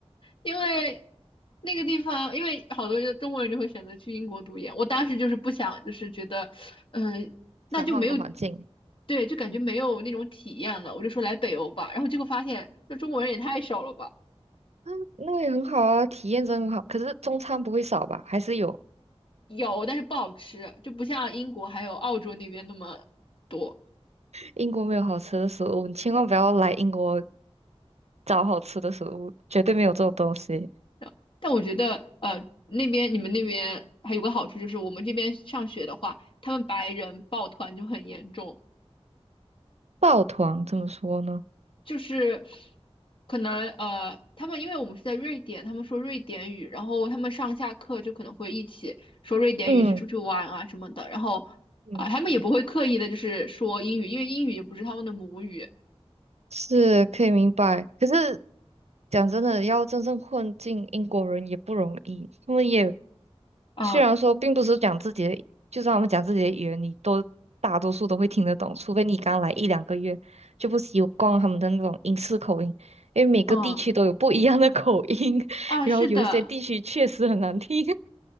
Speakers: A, on the left (about 55°); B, on the right (about 80°).
A: 因为那个地方，因为好多中国人就会选择去英国读研。我当时就是不想，就是觉得，嗯、
B: <laughs>
A: 那就没有，
B: 想换个环境。
A: 对，就感觉没有那种体验了。我就说来北欧吧，然后结果发现，这中国人也太少了吧。
B: 嗯，那也很好啊，体验真很好。可是中餐不会少吧？还是有。
A: 有，但是不好吃，就不像英国还有澳洲那边那么多。
B: 英国没有好吃的食物，你千万不要来英国找好吃的食物，绝对没有这种东西。
A: 嗯但我觉得，呃，那边你们那边还有个好处就是，我们这边上学的话，他们白人抱团就很严重，
B: 抱团怎么说呢？
A: 就是可能呃，他们因为我们是在瑞典，他们说瑞典语，然后他们上下课就可能会一起说瑞典语，
B: 嗯
A: 一起出去玩啊什么的，然后啊、
B: 嗯，
A: 他们也不会刻意的就是说英语，因为英语也不是他们的母语
B: 是可以明白。可是讲真的，要真正混进英国人也不容易。他们也
A: 啊，
B: 虽然说并不是讲自己的，就算他们讲自己的语言，你都大多数都会听得懂，除非你刚来一两个月就不习惯他们的那种英式口音，因为每个地区都有不一样的口音，
A: 嗯
B: <laughs>
A: 啊，
B: 然后有一些地区确实很难听。
A: 是的。